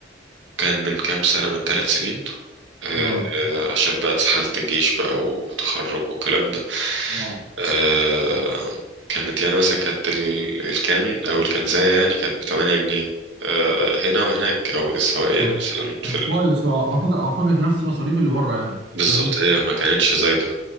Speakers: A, on the right (about 85°); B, on the right (about 65°).
A: كان من كام سنة من ثلاث سنين آه،
B: اه
A: آه، عشان بقى اتسحلت الجيش بقى وتخرج والكلام ده
B: اه
A: آه، كانت يعني مثلا كانت ال- الكان أو الكنزاية يعني كانت بتمانية جنيه آه، هنا وهناك أو سواء يعني
B: طب
A: مثلا في
B: طب
A: ال-
B: كويس هو اعتقد اعتقد نفس مصاريف اللي بره يعني
A: بالظبط
B: ده
A: هي ما كانتش زايدة